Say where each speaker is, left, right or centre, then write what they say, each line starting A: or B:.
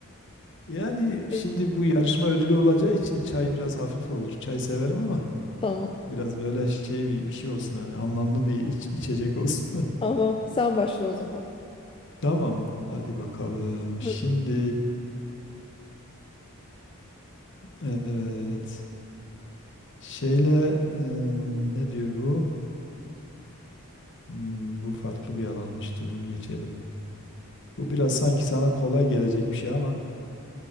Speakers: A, on the left; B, on the left.
A: Yani
B: Evet.
A: şimdi bu yarışma ödülü olacağı için çay biraz hafif olur. Çay severim ama
B: Tamam.
A: biraz böyle şey bir, bir şey olsun yani anlamlı bir iç- içecek olsun.
B: Tamam. Sen başla o zaman.
A: <laughs> Tamam mı? Hadi bakalım. Şimdi
B: Hadi.
A: evet. Şeyle e, ne diyor bu? Hmm, bu farklı bir alanmıştır. Bunu geçelim. Bu biraz sanki sana kolay gelecek bir şey ama